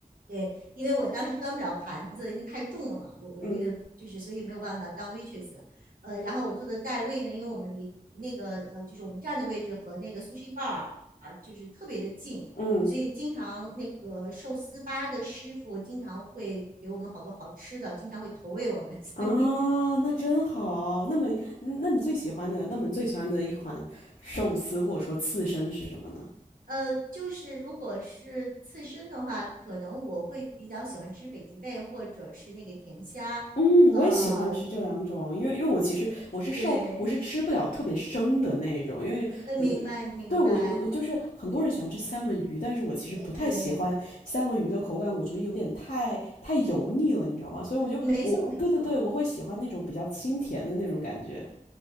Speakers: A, on the right (about 75°); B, on the left (about 75°).
A: 对，因为我当时端不了盘子，因为太重了，我我这个就是所以没有办法当
B: 嗯
A: waitress。呃，然后我做的代位呢，因为我们离那个呃就是我们站的位置和那个 sushi bar 就是特别的近，
B: 嗯
A: 所以经常那个寿司吧的师傅经常会给我们好多好吃的，经常会投喂我们。<laughs> 所以
B: 啊，那真好。那么，那你最喜欢的，那么你最喜欢的一款寿司或者说刺身是什么呢？
A: 呃，就是如果是刺身的话，可能我会比较喜欢吃北极贝或者是那个甜虾。
B: 嗯，
A: 呃，
B: 我也喜欢吃这两种，因为因为我其实我是受我是吃不了特别生的那种，
A: 对，
B: 因为很
A: 呃，明白明白。
B: 对我我我就是很多人喜欢吃三文鱼，但是我其实不太喜欢三文鱼的口感，
A: 对，
B: 我觉得有点太太油腻了，你知道吗？所以我就我对对对，
A: 没错没错，
B: 我会喜欢那种比较清甜的那种感觉。